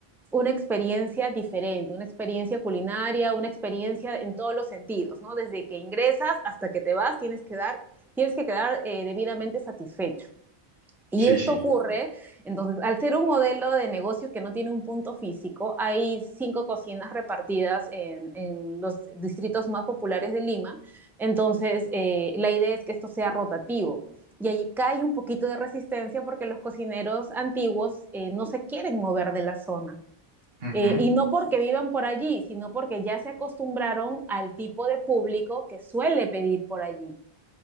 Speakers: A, in the centre; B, on the right (about 65°).
A: una experiencia diferente, una experiencia culinaria, una experiencia en todos los sentidos, ¿no? Desde que ingresas hasta que te vas, tienes que dar tienes que quedar eh, debidamente satisfecho. Y
B: sí,
A: esto
B: sí.
A: ocurre, entonces, al ser un modelo de negocio que no tiene un punto físico, hay cinco cocinas repartidas en, en los distritos más populares de Lima, entonces eh, la idea es que esto sea rotativo. Y allí cae un poquito de resistencia porque los cocineros antiguos eh, no se quieren mover de la zona.
B: Ujú,
A: Eh, y no porque vivan por allí, sino porque ya se acostumbraron al tipo de público que suele pedir por allí.